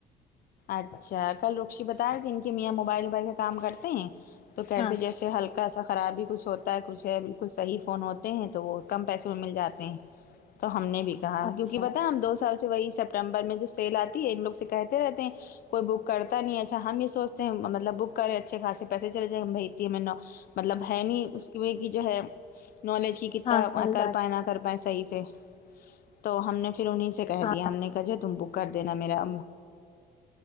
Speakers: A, on the left; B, on the left.
A: اچھا کل رکشی بتا رہ کہ ان کی میاں موبائل ووبائل سے کام کرتے ہیں تو کہتے
B: ہاں
A: جیسے ہلکا سا خرابی کچھ ہوتا ہے کچھ ہے بالکل صحیح فون ہوتے ہیں تو وہ کم پیسوں میں مل جاتے ہیں تو ہم نے بھی کہا
B: اچھا
A: کیونک کہ بتا ہم دو سال سے وہی سیپٹمبر میں جو سیل آتی ہے ان لوگ سے کہتے رہتے ہیں کوئی بک کرتا نہیں ہے اچھا ہم یہ سوچتے ہیں مطلب بک کرے ہیں اچھے پیسے چلے جے ہم بھیجتی ہے ہم میں نو مطلب ہے نہیں اس کی جو ہے نالج کی کتا
B: ہاں صحیح
A: کر
B: بات
A: پائےیں نہ کر پائیں صحیح سے تو ہم نے پھر انہیں سے کہہ
B: ہاں
A: دیا ہم نے کہ جو تم بک کر دینا میرا